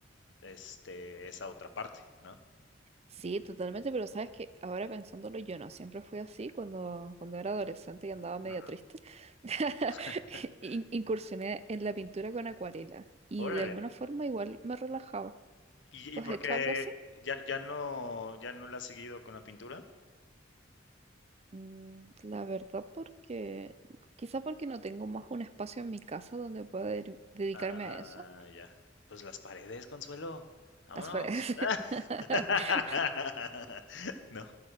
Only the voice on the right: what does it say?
Sí, totalmente, pero sabes que ahora pensándolo yo no, siempre fui así cuando, cuando era adolescente y andaba medio
triste. <laughs>
in- incursioné en la pintura con acuarela y
de alguna forma igual me relajaba.
¿Tú
has hecho
algo así?
Mm, la verdad porque quizá porque no tengo más un espacio en mi casa donde pueda de- dedicarme
a eso.
Las paredes.
<laughs>